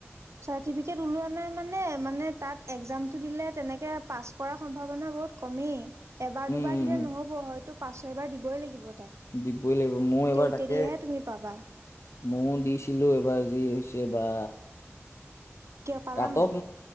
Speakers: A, on the right; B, on the left.
A: চাৰ্টিফিকেট ওলোৱা নাই মানে মানে তাত এক্সামটো দিলে তেনেকে পাছ কৰ সম্ভাৱন বহুত কমেই এবাৰ
B: উম, উম,
A: দুবাৰ দিলে
B: উম,
A: নহ'ব হয়তো পাঁচ- ছয়বাৰ দিবই লাগিব। তে
B: দিবই লাগিব ময়ো এবাৰ তাকে
A: তেতিয়াহে তুমি পাবা।
B: ময়ো দিছিলোঁ এবাৰ যি হৈছে বা।
A: কিয় পালানে
B: কাট
A: নাই?
B: অফ